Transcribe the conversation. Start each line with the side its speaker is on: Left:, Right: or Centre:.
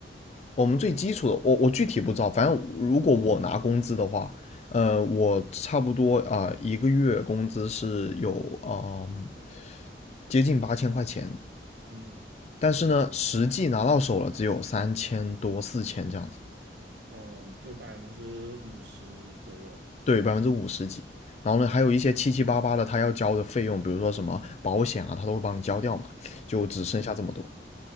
Left: 我们最基础的，我我具体不知道，反正如果我拿工资的话，呃，我差不多啊、呃一个月工资是有嗯、接近八千块钱。
Right: 嗯
Left: 但是呢，实际拿到手了只有三千多、四千这样子，
Right: 嗯，就百分之五十左右。
Left: 对，百分之五十几。然后呢，还有一些七七八八的他要交的费用，比如说什么保险啊，他都会帮你交掉嘛，就只剩下这么多。
Right: 嗯。